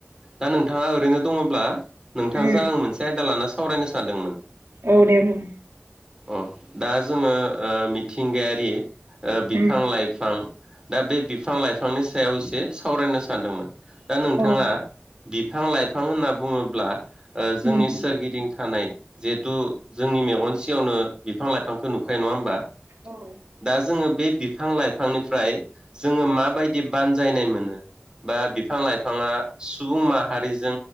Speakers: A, on the right; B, on the right.
A: दा नोंथाङा ओरैनो दङब्ला नोंथांजों
B: उम
A: आं मोनसे आयदा लाना सा सावरायनो सानदोंमोन
B: औ दे बुं
A: अ दा जोङो ओ मिथिंगायारि ओ बिफां
B: उम
A: लाइफां दा बे बिफां लाइफांनि सायाव एसे सावरायनो सानदोंमोन दा नोंथाङा
B: औ
A: बिफां लाइफां होनना बुङोब्ला ओ जोंनि
B: उम
A: सोरगिदिं थानाय जिहेथु जोंनि मेगन सिङावनो बिफां लाइफांखौ नुखायो नङा होमबा
B: औ
A: दा जोङो बे बिफां लाइफांनिफ्राय जोङो माबायदि बानजायनाय मोनो बा बिफां लाइफाङा सुबुं माहारिजों